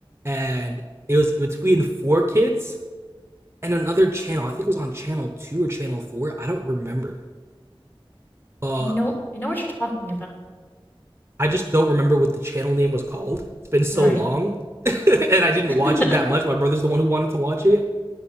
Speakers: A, on the right; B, on the left.
A: and it was between four kids and another channel. I think it was on channel two or channel four. I don't remember. Uh,
B: I know. I know what you're talking about.
A: I just don't remember what the channel name was called. It's been so
B: Right.
A: long, <laughs> and I didn't
B: <laughs>
A: watch it that much. My brother's the one who wanted to watch it,